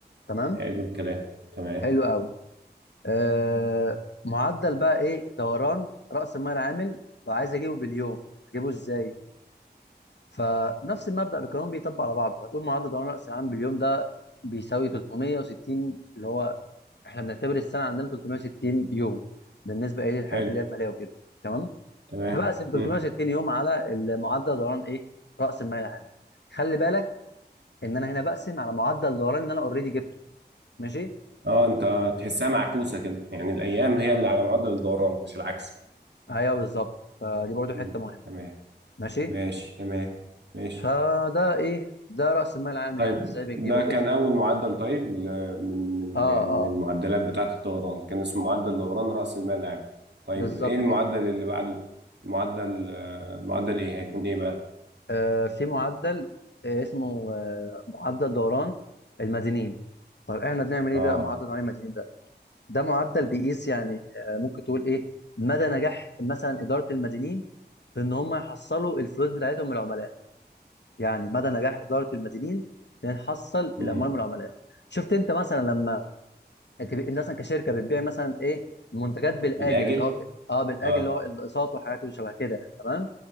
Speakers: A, on the left (about 80°); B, on the right (about 75°).
A: تمام
B: حلو الكلام تمام
A: حلو قوي آه معدل بقى ايه دوران راس المال العامل وعايز اجيبه باليوم اجيبه ازاي فنفس المبدأ بكلهم بيطبق على بعضه هتقول معدل دوران رأس العام باليوم ده بيساوي 360 اللي هو احنا بنعتبر السنة عندنا 360 يوم بالنسبة ايه للحاجات
B: حلو
A: اللي هي المالية وكده تمام
B: تمام
A: فبقسم 360
B: امم
A: يوم على المعدل دوران ايه رأس المال العام خلي بالك ان انا هنا بقسم على معدل دوران ان انا اوريدي جبته ماشي
B: اه انت تحسها معكوسة كده يعني الايام هي
A: اه
B: اللي على معدل الدوران مش العكس
A: ايوه بالظبط فدي برضو حته
B: امم
A: مهمه
B: تمام
A: ماشي
B: ماشي تمام ماشي
A: فده ايه ده راس المال العام
B: طيب
A: يعني وازاي بنجيبه
B: ده
A: كده
B: كان اول معدل طيب ل- من من
A: اه
B: يعني من
A: اه
B: المعدلات بتاعة الدوران كان اسمه معدل دوران رأس المال العام طيب
A: بالظبط
B: ايه المعدل
A: كده
B: اللي بعده معدل آه، معدل ايه هيكون ايه بقى
A: آه، في معدل آه، اسمه آه، معدل دوران المدينين طيب احنا بنعمل ايه
B: اه
A: بقى معدل دوران المدينين ده ده معدل بيقيس يعني آه، ممكن تقول ايه مدى نجاح مثلا اداره المدينين في ان هم يحصلوا الفلوس بتاعتهم من العملاء يعني مدى نجاح اداره المدينين ان نحصل
B: امم
A: الاموال من العملاء شفت انت مثلا لما انت انت مثلا كشركه بتبيع مثلا ايه منتجات بالاجل
B: بالاجل
A: اللي هو ب... اه بالاجل
B: اه
A: اللي هو الاقساط وحاجات وشبه كده تمام